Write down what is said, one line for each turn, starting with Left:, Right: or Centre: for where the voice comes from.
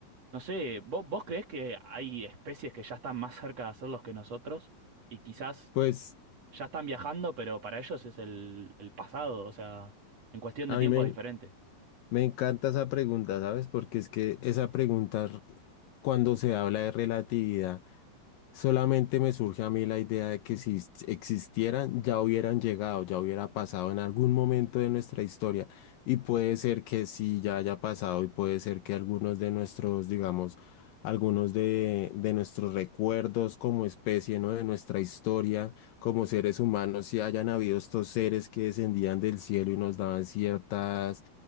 Right: no sé, ¿vos, vos creés que hay especies que ya están más cerca de hacerlos que nosotros? Y quizás
Left: Pues
Right: ya están viajando, pero para ellos es el, el pasado, o sea, en cuestión
Left: a
Right: de tiempo
Left: mí me,
Right: es diferente.
Left: me encanta esa pregunta, ¿sabes? Porque es que esa pregunta, r- cuando se habla de relatividad, Solamente me surge a mí la idea de que si s- existieran, ya hubieran llegado, ya hubiera pasado en algún momento de nuestra historia. Y puede ser que sí, ya haya pasado y puede ser que algunos de nuestros, digamos, algunos de, de nuestros recuerdos como especie, ¿no? De nuestra historia como seres humanos, si hayan habido estos seres que descendían del cielo y nos daban ciertas